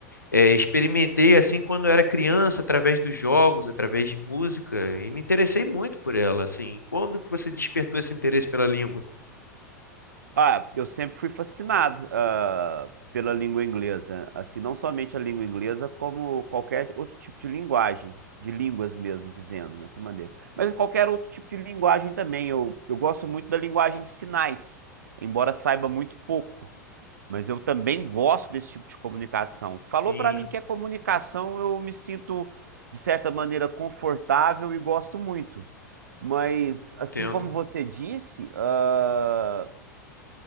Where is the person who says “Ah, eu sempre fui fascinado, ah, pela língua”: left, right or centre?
Right